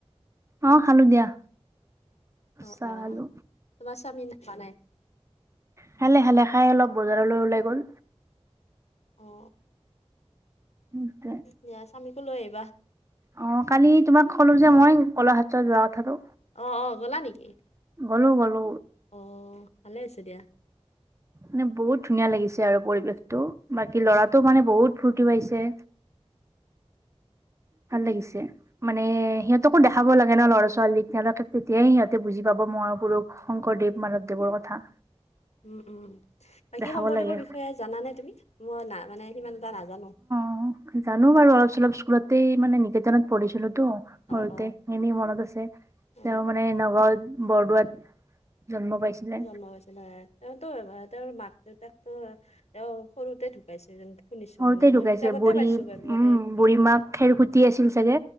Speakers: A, on the right; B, on the left.
A: অ খালো দিয়া।
B: অ
A: চাহ
B: অ
A: খালো
B: তোমাৰ চামমিন নাপ নাই
A: খালে খালে খাই অলপ বজাৰলৈ ওলাই গ'ল
B: অ।
A: নিউছ দে
B: দিয়া স্বামীকো লৈ আহিবা
A: অ কালি তোমাক ক'লো যে মই কলা হাউচত যোৱা কথাটো।
B: অ অ গলা নেকি?
A: গলো গলো
B: অ ভালে আছে দিয়া।
A: মানে বহুত ধুনীয়া লাগিছে আৰু পৰিৱেশটো বাকী লৰাটোও মানে বহুত ফূৰ্তি পাইছে ভাল লাগিছে মানে সিহঁতকো দেখাব লাগে ন ল'ৰা ছোৱালীক তেওঁলোকে তেতিয়াহে সিহঁতে বুজি পাব মহাপুৰুষ শংকৰদেৱ মাধৱদেৱৰ কথা
B: উম উম বাকী
A: দেখাব
B: শংকৰদেৱৰ
A: লাগে
B: বিষয়ে জানানে তুমি মই না মানে সিমান এটা নাজানো
A: অ জানো চল স্কুলতেই মানে নিকেতনত পঢ়িছিলো তো
B: অ
A: সৰুতে
B: অ
A: এনেই মনত আছে
B: অ
A: তেওঁ মানে নগাঁওত বৰদোৱাত জন্ম পাইছিলে
B: জন্ম গৈছিলে তেওঁতো তেওঁৰ মাক দেউতাকতো অ সৰুতে ঢুকাইছে যেন শুনিছো
A: সৰুতে
B: মানে
A: ঢুকাইছে
B: মই কিতাপতে
A: বুঢ়ী
B: পাইছো বাৰু মানে
A: উম
B: এনেকে
A: বুঢ়ী
B: ইমান
A: মাক
B: তাক
A: খেৰসূটি আছিল চাগে